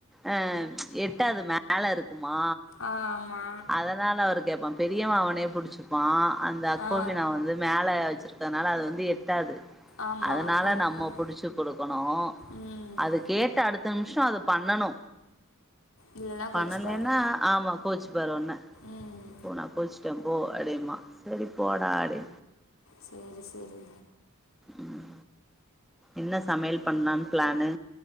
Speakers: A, in the centre; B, on the left.
A: அம் எட்டாது மேலரு மா
B: ஆ ஆமா
A: அதனால அவரு கேப்பா பெரியவ அவனே புடிச்சுப் ப்பா அந்த அக்கோபிநா
B: ஆ
A: வந்து மேல வச்சிர்க்கனால அது வந்து எட்டாது
B: ஆமா
A: அதனால
B: கரெக்டு
A: நம்ம
B: தா
A: புடிச்சு கொடுக்கணு
B: ம்
A: அது கேட் ட அடுத்த நிம்ஷோ அது பண்ணனு
B: இல்லன்னா கோச்சுப்பாரு
A: பண்ணலேன்னா ஆமா கோச்சி பார் உன்ன
B: ம்
A: போனா குல்ச்ட்டே போ அடம்பா சரி போடா அடே
B: ச்சேரி சரி
A: ம் ம் என்ன சமையல் பண்லான் ப்ளானு